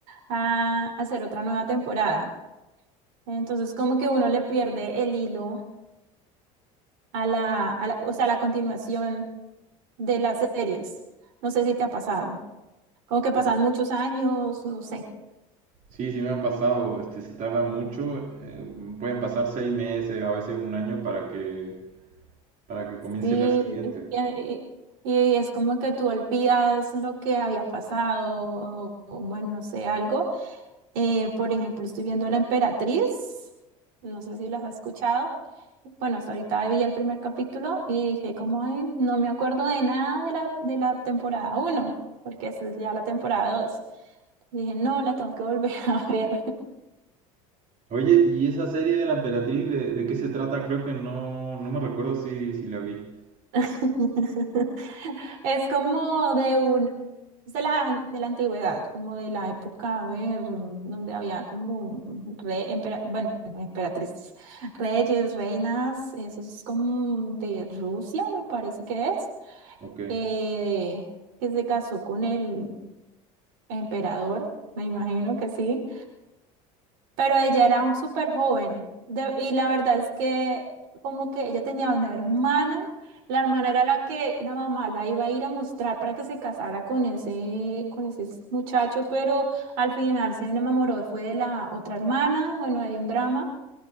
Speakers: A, on the right (about 70°); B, on the right (about 45°).
A: a hacer otra nueva temporada. Entonces, como que uno le pierde el hilo a la, a la- o sea, a la continuación de las series. No sé si te ha pasado. Como que pasan
B: Sí.
A: muchos años, no sé.
B: Sí, sí me ha pasado, este, se tarda mucho, eh, pueden pasar seis meses, a veces un año para que, para que comience
A: Sí,
B: la siguiente.
A: y, y- es como que tú olvidas lo que había pasado, o, o bueno, no sé, algo. Eh, por ejemplo, estoy viendo La Emperatriz, no sé si las has escuchado. Bueno, hasta ahorita vi el primer capítulo y dije como, "Ay, no me acuerdo de nada de la, de la temporada uno porque esa es ya la temporada dos Dije, no, la tengo que volver <laughs> a ver.
B: Oye, ¿y esa serie de la Emperatriz de, de qué se trata? Creo que no, no me recuerdo si, si la vi.
A: <laughs> Es como de un, es de la, de la antigüedad, como de la época, a ver, donde había como re, empera- bueno, emperatrices, reyes, reinas, eso es como de Rusia, me parece que es,
B: Ok,
A: eh, que se casó con el emperador, me imagino que sí pero ella era súper joven de- y la verdad es que como que ella tenía una hermana, la hermana era la que la mamá la iba a ir a mostrar para que se casara con ese, con ese muchacho, pero al final se enamoró, fue de la otra hermana, bueno, hay un drama